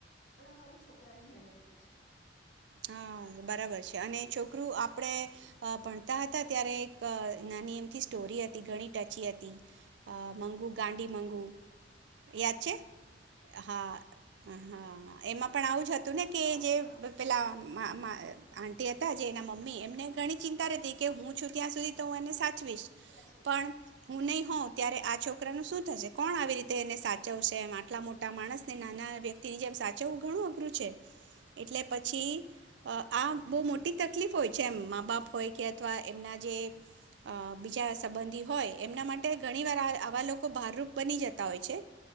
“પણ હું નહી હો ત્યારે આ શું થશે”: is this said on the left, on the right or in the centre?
Right